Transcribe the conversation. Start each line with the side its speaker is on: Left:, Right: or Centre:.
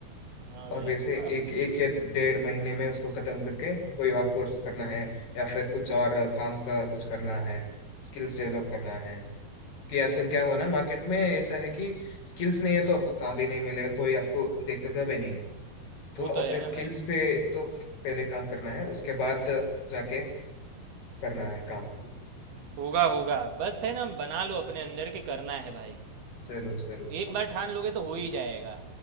Right: हाँ
Left: और
Right: भाई
Left: वैसे
Right: होगा
Left: एक एक या डेढ़ महीने में उसको खत्म करके कोई आउटसोर्स करना है या फिर कुछ और काम का कुछ करना है स्किल्स डेवलप करना है कि आजकल क्या हुआ ना मार्केट में ऐसा है कि स्किल्स नहीं है तो आपको काम भी नहीं मिलेगा कोई आपको देखेगा भी नहीं तो
Right: वो तो है
Left: अपने
Right: ना
Left: स्किल्स
Right: भाई
Left: पे तो पहले काम करना है उसके बाद जाके करना है काम
Right: होगा होगा बस है ना बना लो अपने अंदर के करना है भाई
Left: जरूर जरूर
Right: एक बार ठान लोगे तो हो ही जाएगा